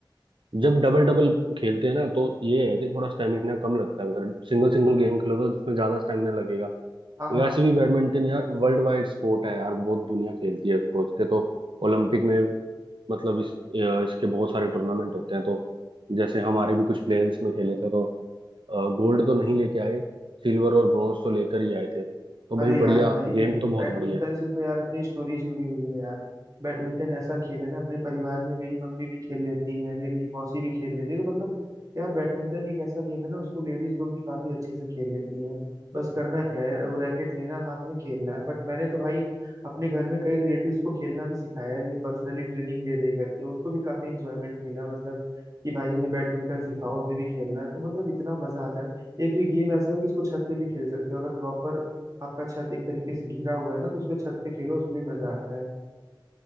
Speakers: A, on the right; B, on the right.
A: जब डबल डबल खेलते हैं ना तो ये है कि थोड़ा स्टेमिना कम लगता है अगर सिंगल सिंगल गेम खेलो तो उसमें ज्यादा स्टेमिना लगेगा
B: हाँ हाँ
A: वैसे भी बैडमिंटन यार वर्ल्ड वाइड स्पोर्ट है यार बहुत दुनिया खेलती है उसको इसके तो ओलंपिक में मतलब इस अ, इसके बहुत सारे टूर्नामेंट होते हैं तो जैसे हमारे भी कुछ प्लेयर इसमें खेले थे तो गोल्ड तो नहीं लेके आए सिल्वर और ब्रॉन्ज तो लेकर ही आए थे तो
B: अरे
A: भाई
B: यार
A: बढ़िया
B: भाई
A: गेम तो बहुत
B: बैडमिंटन
A: बढ़िया है
B: से तो यार अपनी स्टोरी जुड़ी हुई है यार बैडमिंटन ऐसा खेल है ना अपने परिवार में मेरी मम्मी भी खेल लेती है मेरी मौसी भी खेल लेती है तो मतलब यार बैडमिंटन एक ऐसा गेम है ना उसको लेडीज लोग भी काफी अच्छे से खेल लेती हैं बस करना क्या है वो रैकेट लेना हाथ में खेलना है बट मैंने तो भाई अपने घर में कई रिलेटिव्स को खेलना भी सिखाया है ये पर्सनली ट्रेनिंग दे दे करके उनको भी काफी इंजॉयमेंट मिला मतलब कि भाई हमें बैडमिंटन सिखाओ हमें भी खेलना है तो मतलब इतना मजा आता है ना एक तो ये गेम ऐसा है कि इसको छत पे भी खेल सकते हो अगर प्रॉपर आपका छत एक तरीके से घिरा हुआ है ना तो उसमें छत पे खेलो उसमें भी मजा आता है